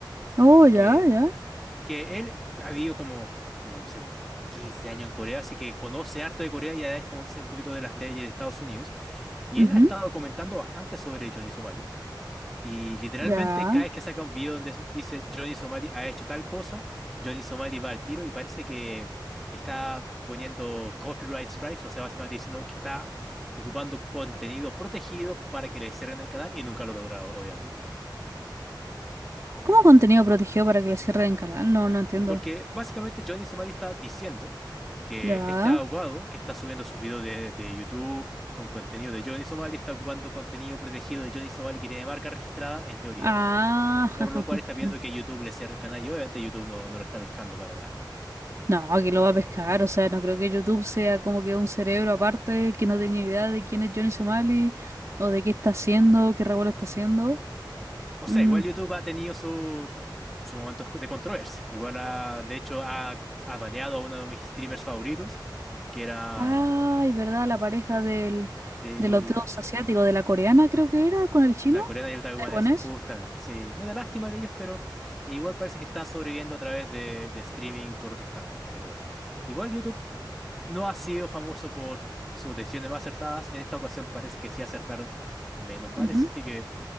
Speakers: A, on the right; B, in the centre.
A: Oh, ya,
B: que
A: ya.
B: que él ha vivido como, como no sé, como 15 años en Corea, así que conoce harto de Corea y además conoce un poquito de las leyes de Estados Unidos. Y
A: Ujú,
B: él ha estado comentando bastante sobre Johnny Somali. Y literalmente
A: Ya.
B: cada vez que saca un video donde dice Johnny Somali ha hecho tal cosa, Johnny Somali va al tiro y parece que está poniendo copyright strikes, o sea, básicamente diciendo que está ocupando contenido protegido para que le cierren el canal y nunca lo ha logrado, obviamente.
A: ¿Cómo contenido protegido para que le cierren el canal? No, no entiendo.
B: Porque básicamente Johnny Somari está diciendo que
A: Ya.
B: este abogado que está subiendo sus videos de, de YouTube con contenido de Johnny Somali está ocupando contenido protegido de Johnny Somali que tiene marca registrada en teoría,
A: Ah. <laughs>
B: por lo cual está viendo que YouTube le cierra el canal y obviamente YouTube no, no lo está pescando para nada.
A: No, que lo va a pescar. O sea, no creo que YouTube sea como que un cerebro aparte que no tenga idea de quién es Johnny Somali o de qué está haciendo, qué revuelo está haciendo.
B: O
A: Mm.
B: sea, igual YouTube ha tenido sus, sus momentos de controversia. Igual ha, de hecho ha, ha baneado a uno de mis streamers favoritos, que era...
A: Ay, ¿verdad? La pareja del,
B: Sí.
A: de los dos asiáticos, de la coreana creo que era, con el chino,
B: La coreana y el taiwanés,
A: taiwanés.
B: justamente. Sí, una lástima de ellos, pero igual parece que están sobreviviendo a través de, de streaming por otros canales. Pero igual YouTube no ha sido famoso por sus decisiones más acertadas. En esta ocasión parece que sí acertaron menos mal.
A: Ujú,
B: Así que